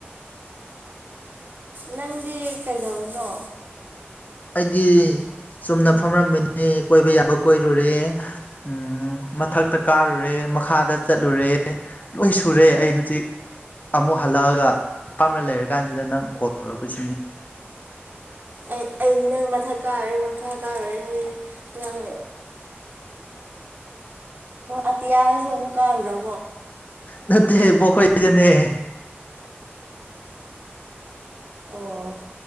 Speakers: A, on the right (about 45°); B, on the left (about 40°).
A: ꯅꯪꯗꯤ ꯀꯩꯗꯧꯔꯤꯅꯣ
B: ꯑꯩꯗꯤ ꯆꯨꯝꯅ ꯐꯝꯂꯝꯝꯕꯅꯤ ꯀꯣꯏꯕ ꯌꯥꯕ ꯀꯣꯏꯔꯨꯔꯦ ꯎ ꯃꯊꯛꯇ ꯀꯥꯔꯨꯔꯦ ꯃꯈꯥꯗ ꯆꯠꯂꯨꯔꯦ ꯂꯣꯏ ꯁꯨꯔꯦ ꯑꯩ ꯍꯧꯖꯤꯛ ꯑꯃꯨꯛ ꯍꯜꯂꯛꯑꯒ ꯄꯥꯝꯅ ꯂꯩꯔꯀꯥꯟꯁꯤꯗ ꯅꯪ ꯀꯣꯜ ꯇꯧꯔꯛꯄꯁꯤꯅꯤ
A: ꯑꯩ ꯑꯩꯗꯤ ꯅꯪ ꯃꯊꯛ ꯀꯥꯔꯨꯔꯦ ꯃꯈꯥ ꯀꯥꯔꯨꯔꯦ ꯍꯥꯏ ꯅꯪ ꯑꯇꯌꯥꯁꯨ ꯀꯥ ꯎꯔ
B: ꯅ ꯄꯈꯣꯏꯖꯅꯦ
A: ꯑꯣ